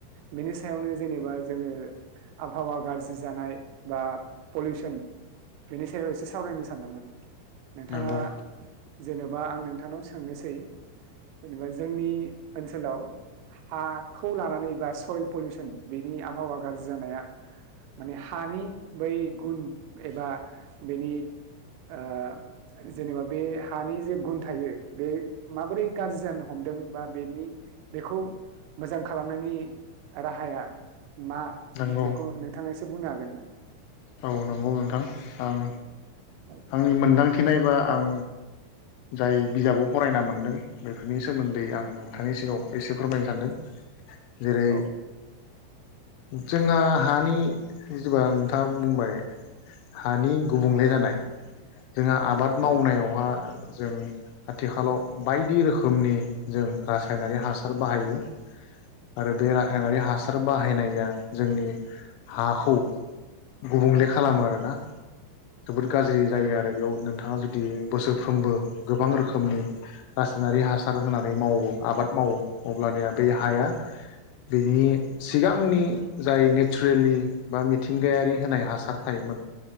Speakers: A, on the right; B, on the left.
A: बेनि सायावनो जेनेबा जोङो आबहावा गाज्रि जानाय बा पलिउसन बेनि सायाव एसे सावरायनोस सान्दोंमोन। नोंथाङा
B: नंगौ
A: जेनबा आं नोंथांनाव सोंनोसै जेनेबा जोंनि ओनसोलाव हाखौ लानानै बा सयल पलिउसन बेनि आबहावा गाज्रि जानाया माने हानि बै गुन एबा बेनि ओ जेनेबा बे हानि जे गुन थायो बे माबोरै गाज्रि जानो हमदों बा बेनि बेखौ मोजां खालामनायनि राहाया मा
B: नंगौ
A: बेखौ नोंथाङा एसे बुंनो हागोन <inaudible>
B: औ नंगौ नोंथां आं
A: औ
B: आंनि मोनदांथि थि नायबा आं जाय बिजाबाव फरायना मोनदों बेफोरनि सोमोन्दै आं नोंथांनि सिगाङाव एसे फोरमायनो सानदों जेरै
A: औ
B: जोंहा हानि गोबां खोथा बुंबाय हानि गुबुंले जानाय जोंहा आबाद
A: औ
B: मावनायावहा जों आथिखालाव बायदि रोखोमनि जों रासायनारि हासार बाहायो आरो बे राखायनारि हासार बाहायनाया जोंनि हाखौ गुबुंले खालामो आरोना
A: औ
B: जोबोद गाज्रि
A: औ
B: जायो आरो <unintelligible> नोंथाङा जुदि बोसोरफ्रोमबो गोबां रोखोमनि रासायनारि हासार होनानै मावो आबाद मावो अब्लानिया देहाया
A: औ
B: बिनि सिगांनि जाय नेचरेलि बा मिथिंगायारि होनाय हासार थायोमोन